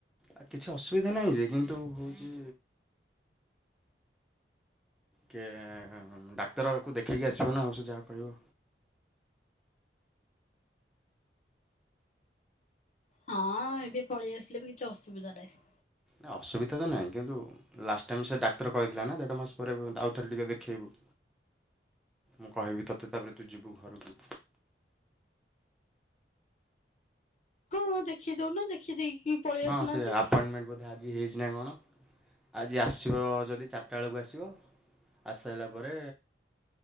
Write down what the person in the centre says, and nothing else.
ଆ କିଛି ଅସୁବିଧା ନାହିଁ ଯେ, କିନ୍ତୁ ହେଉଛି କିଏ ଡାକ୍ତର କୁ ଦେଖେଇକି ଆସିବ ନା ଆଉ ସେ ଯାହା କହିବ?
ନା ଅସୁବିଧା ତ ନାହିଁ, କିନ୍ତୁ ଲାଷ୍ଟ ଟାଇମ୍ ସେ ଡାକ୍ତର କହିଥିଲା ନା ଦେଢ଼ ମାସ ପରେ ଆଉଥରେ ଟିକେ ଦେଖେଇବ। ମୁଁ କହିବି ତୋତେ ତାପରେ ତୁ ଯିବୁ ଘରକୁ।
ହଁ
ସେ ଆପଏଣ୍ଟମେଣ୍ଟ <unintelligible> ନା କଣ। ଆଜି ଆସିବ ଯଦି ଚାରିଟା ବେଳକୁ ଆସି ଆସାରିଲା ପରେ